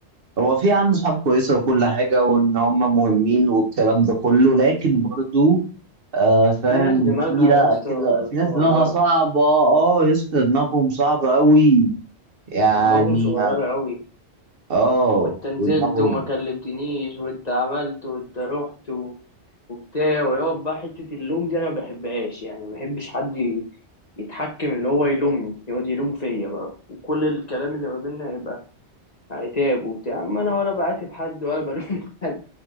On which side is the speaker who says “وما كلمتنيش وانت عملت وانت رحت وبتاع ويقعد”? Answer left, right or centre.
Left